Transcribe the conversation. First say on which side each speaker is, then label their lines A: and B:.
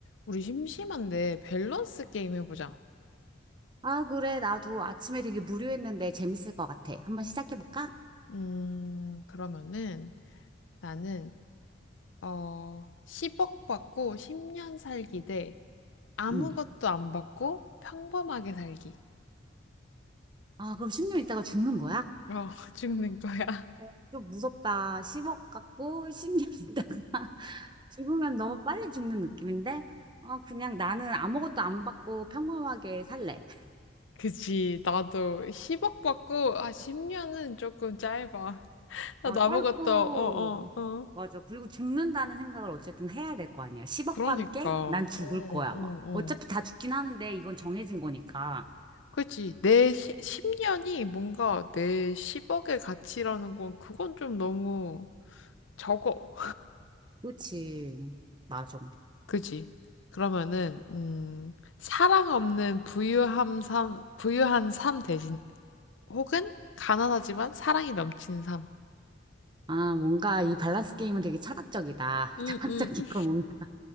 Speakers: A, on the left; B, on the right.
A: 우리 심심한데 밸런스 게임 해보자.
B: 아, 그래. 나도 아침에 되게 무료했는데 재밌을 것 같아. 한번 시작해볼까?
A: 음, 그러면은 나는 어 10억 받고 10년 살기 대 아무것도
B: 응.
A: 안 받고 평범하게 살기.
B: 아, 그럼 10년 있다가 죽는 거야?
A: 어, <laughs> 죽는 거야.
B: 어, 좀 무섭다. 10억 갖고 10년 있다가 <laughs> 죽으면 너무 빨리 죽는 느낌인데? 어, 그냥 나는 아무것도 안 받고 평범하게 살래.
A: <laughs> 그치. 나도 10억 받고 아 10년은 조금 짧아. <laughs> 나도
B: 어, 짧고,
A: 아무것도 어, 어, 어.
B: 맞아. 그리고 죽는다는 생각을 어쨌든 해야 될 거 아니야. 10억과
A: 그러니까.
B: 함께
A: 어,
B: 난 죽을
A: 어,
B: 거야,
A: 어.
B: 막. 어차피 다 죽긴 하는데 이건 정해진 거니까.
A: 그치. 내 시, 10년이 뭔가 내 10억의 가치라는 건 그건 좀 너무 적어.
B: 그렇지. 맞아.
A: 그지? 그러면은 음, 사랑 없는 부유함 삶, 부유한 삶 대신 혹은 가난하지만 사랑이 넘치는 삶.
B: 아, 뭔가 이 밸런스 게임은 되게 철학적이다. <laughs>
A: 음,
B: 철학적이고
A: 음. 음.
B: 뭔가